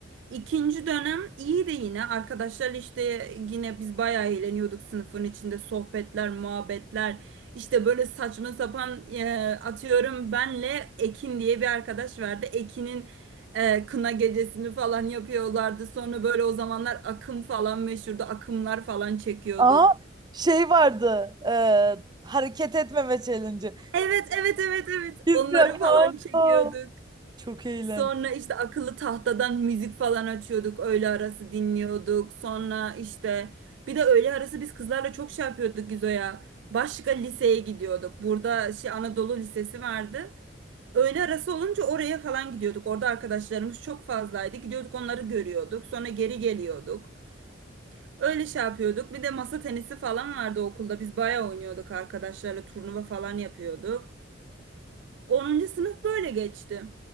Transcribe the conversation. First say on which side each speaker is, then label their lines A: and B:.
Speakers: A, on the right; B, on the right.
A: İkinci dönem iyi de yine arkadaşlar işte yine biz bayağı eğleniyorduk sınıfın içinde sohbetler, muhabbetler. İşte böyle saçma sapan e, atıyorum benle Ekin diye bir arkadaş vardı. Ekin'in e, kına gecesini falan yapıyorlardı. Sonra böyle o zamanlar akım falan meşhurdu. Akımlar falan çekiyorduk.
B: Aa şey vardı e, hareket etmeme challenge'ı.
A: Evet, evet, evet, evet.
B: Biz
A: Onları
B: de kanka.
A: falan çekiyorduk.
B: Çok eğlenceli.
A: Sonra işte akıllı tahtadan müzik falan açıyorduk. Öğle arası dinliyorduk. Sonra işte bir de öğle arası biz kızlarla çok şey yapıyorduk Gizo'ya. Başka liseye gidiyorduk. Burada şey Anadolu Lisesi vardı. Öğle arası olunca oraya falan gidiyorduk. Orada arkadaşlarımız çok fazlaydı. Gidiyorduk onları görüyorduk. Sonra geri geliyorduk. Öyle şey yapıyorduk. Bir de masa tenisi falan vardı okulda. Biz bayağı oynuyorduk arkadaşlarla turnuva falan yapıyorduk. Onuncu sınıf böyle geçti.